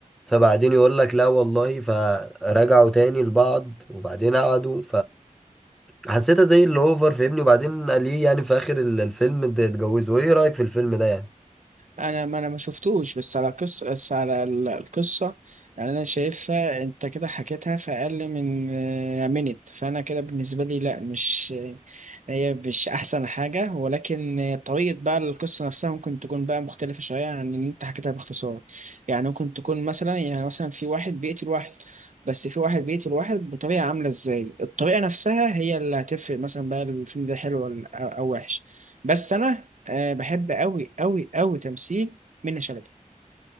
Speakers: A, in the centre; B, on the right.
A: فبعدين يقول لك لا والله فرجعوا تاني لبعض وبعدين قعدوا فحسيتها زي اللي اوفر فاهمني وبعدين قال ايه يعني في اخر ال- الفيلم ده اتجوزوا ايه رايك في الفيلم ده يعني
B: انا ما انا ما شفتوش بس على قصة بس على ال- القصة يعني انا شايفها انت كده حكيتها في اقل من منت فانا كده بالنسبة لي لا مش هي مش احسن حاجة ولكن طريقة بقى القصة نفسها ممكن تكون بقى مختلفة شوية عن اللي انت حكيتها باختصار يعني ممكن تكون مثلا يعني مثلا في واحد بيقتل واحد بس في واحد بيقتل واحد بطريقة عاملة ازاي الطريقة نفسها هي اللي هتفرق مثلا بقى الفيلم ده حلو ولا او أو وحش بس انا أه بحب أوي أوي أوي تمثيل منة شلبي